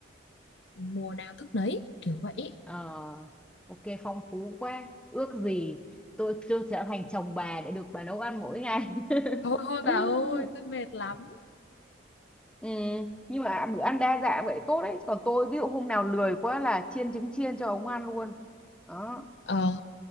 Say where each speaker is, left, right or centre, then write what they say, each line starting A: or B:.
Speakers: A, on the left; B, in the centre.
A: mùa nào thức nấy kiểu vậy
B: Ờ, ok phong phú quá ước gì tôi tôi trở thành chồng bà để được bà nấu ăn mỗi ngày
A: thôi thôi
B: <laughs>
A: bà ơi tôi mệt lắm
B: ừ, nhưng mà bữa ăn đa dạng vậy tốt đấy còn tôi ví dụ hôm nào lười quá là chiên trứng chiên cho ông ăn luôn đó
A: ờ